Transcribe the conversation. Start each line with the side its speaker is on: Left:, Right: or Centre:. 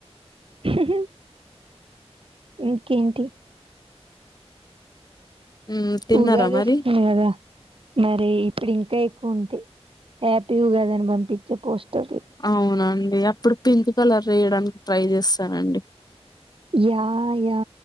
Right: హోహో ఇంకేంటి
Left: హ్మ్. తిన్నారా
Right: ఉగాది
Left: మరి
Right: వస్తుంది కదా మరి ఇప్పుడు ఇంకా ఎక్ ఉంటి హ్యాపీ ఉగాది అని పంపించ పోస్టర్ లు
Left: అవునండి అప్పుడు పింక్ కలర్ రెయడానికి ట్రై చేస్తానండి
Right: yeah yeah